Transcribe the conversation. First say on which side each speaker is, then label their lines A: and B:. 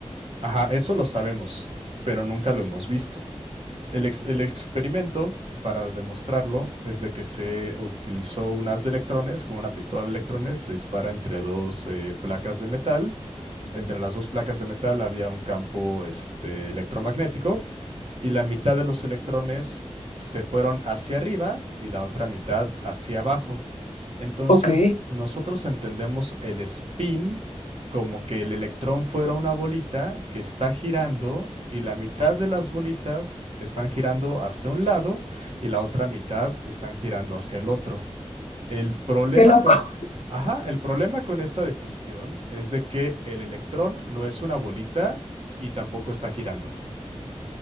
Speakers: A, on the right; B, on the left.
A: ajá, eso lo sabemos, pero nunca lo hemos visto. El, ex- el experimento, para demostrarlo, es de que se utilizó un haz de electrones, como una pistola de electrones, se dispara entre dos eh, placas de metal. Entre las dos placas de metal había un campo este, electromagnético y la mitad de los electrones se fueron hacia arriba y la otra mitad hacia abajo. Entonces,
B: ok, qué
A: nosotros entendemos el spin como que el electrón fuera una bolita que está girando y la mitad de las bolitas están girando hacia un lado y la otra mitad están girando hacia el otro. El problema
B: loco.
A: con, ajá, el problema con esta definición es de que el electrón no es una bolita y tampoco está girando.